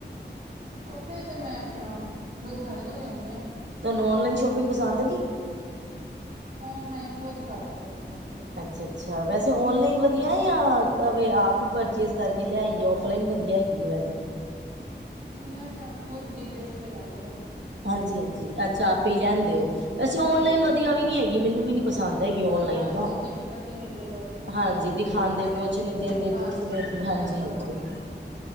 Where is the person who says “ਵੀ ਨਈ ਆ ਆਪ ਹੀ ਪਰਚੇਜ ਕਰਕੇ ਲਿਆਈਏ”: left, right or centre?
Right